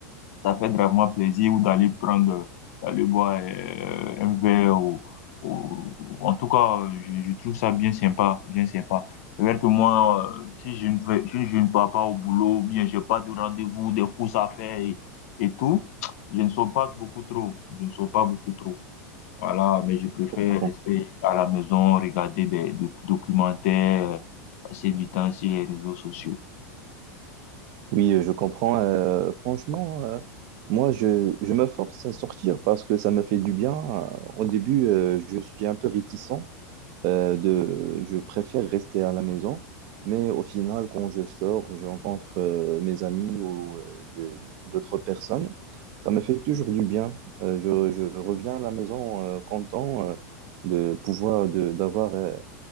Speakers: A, on the left (about 60°); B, on the right (about 50°).
A: ça fait gravement plaisir ou d'aller prendre, d'aller boire euh, un verre ou, ou- en tout cas, euh, je, je trouve ça bien sympa, bien sympa. C'est vrai que moi, euh, si je ne vais, si je ne pars pas au boulot, ou bien j'ai pas de rendez-vous, des courses à faire et, et tout, je ne sors pas beaucoup trop, je ne sors pas beaucoup trop. Voilà, mais je préfère
B: Comprends.
A: rester à la maison, regarder des, des documentaires, passer du temps sur les réseaux sociaux.
B: Oui, je comprends. euh, franchement, euh, moi, je, je me force à sortir parce que ça me fait du bien. Euh, Au début, euh, je suis un peu réticent. Euh, de, je préfère rester à la maison, mais au final, quand je sors, je rencontre euh, mes amis ou euh, des- d'autres personnes. Ça me fait toujours du bien. Euh, je, je reviens à la maison euh, content euh, de pouvoir, de, d'avoir euh,